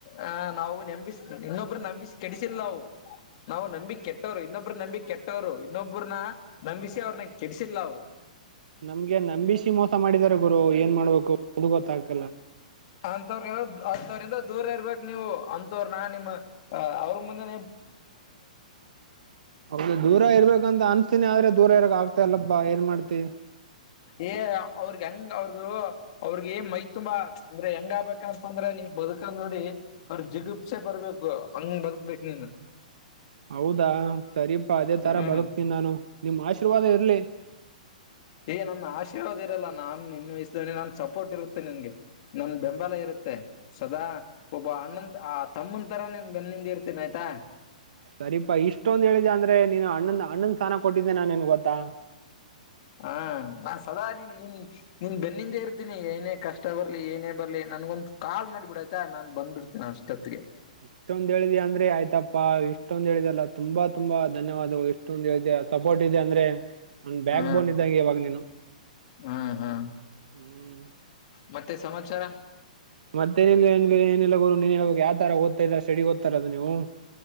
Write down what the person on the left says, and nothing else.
ಆ ನಾವು ನಂಬ ಇನ್ನೊಬ್ರು ನಂಬಿಸಿ ಕೆಡಿಸಿಲ್ಲಾವು ನಾವು ನಂಬಿ ಕೆಟ್ಟವ್ರು ಇನ್ನೊಬ್ರು ಒಬ್ ನಂಬಿ ಕೆಟ್ಟವ್ರು ಇನ್ನೊಬ್ಬ್ರನ್ನ ನಂಬಿಸಿ ಅವ್ರನ್ನ ಕೆಡಸಿಲ್ಲವು
ಅಂಂತವ್ರ ಅಥವ್ರಂದ ದೂರ ಇರ್ಬೇಕು ನೀವು ಅಂತವ್ರ ನ ನಿಮ್ಮ ಅವ್ರ ಮುಂದೆ
ಏ ಅವ್ರಗ್ ಹೆಂಗ್ ಅವ್ರಗ ಅವ್ರಿಗೆ ಮೈ ತುಂಬಾ ಅಂದ್ರೆ ಹೆಂಗ ಆಬೇಕಂತಂದ್ರೆ ನೀ ಬದುಕಂದ್ ನೋಡಿ ಅವ್ರರು ಜಿಗುಪ್ಸೆ ಬರ್ಬೇಕು ಹಂಗ್ ಬದುಕ್ಬೇಕು ನೀನ್
ಹ್ಮ್
ಯ ನನ್ನ ಆಶೀರ್ವಾದ ಇರಲ್ಲ ನಾನ್ ನಿನ್ ವಯಸ್ಸ್ದನೆ ನನ್ ಸಪೋರ್ಟ್ ಇರುತ್ತೆ ನನ್ಗೆ ನನ್ ಬೆಂಬಲ
ಇರುತ್ತೆ ಸದಾ ಒಬ್ಬ ಅಣ್ಣಂತ ಆ ತಮ್ಮನ್ ತರ ನಿನ್ ಬೆನ್ನಿಂದ ಇರ್ತೇನಿ ಆಯ್ತಾ
ಹಾ ನಾನ್ ಸದಾ ನಿನ್ ನಿನ್ ನಿನ್ ಬೆನ್ನಿಂದೆ ಇರ್ತೀನಿ ಏನೇ ಕಷ್ಟ ಬರ್ಲಿ ಏನೇ ಬರ್ಲಿ ನನ್ಗ ಒಂದ ಕಾ ಮಾಡಿಬ ಬಿಡ ಆಯ್ತಾ ನಾ ಬ್ಬ ಬಿಡ್ತೀನಿ ಅಷ್ಟೊತ್ತಿಗೆ
ಹಾ
ಹಾ ಹಾ
ಮತ್ತೆ ಸಮಾಚಾರ